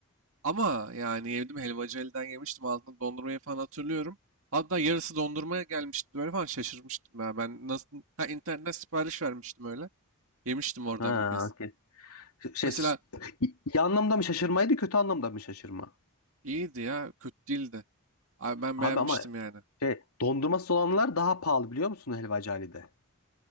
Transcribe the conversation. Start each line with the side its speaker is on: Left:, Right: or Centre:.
Right: Ama yani yedim helvacı elden yemiştim altında dondurmayı falan hatırlıyorum. Hatta yarısı dondurmaya gelmişti böyle falan şaşırmıştım ya. Ben nasıl ha, internetten sipariş vermiştim öyle. Yemiştim oradan
Left: Ha,
Right: bir kez.
Left: okey. Şey,
Right: Mesela
Left: s- iyi anlamda mı şaşırmaydı, kötü anlamda mı şaşırma?
Right: iyiydi ya kötü değildi. Abi ben
Left: Abi
Right: beğenmiştim
Left: ama
Right: yani.
Left: şey, dondurması olanlar daha pahalı biliyor musun helvacı Ali'de?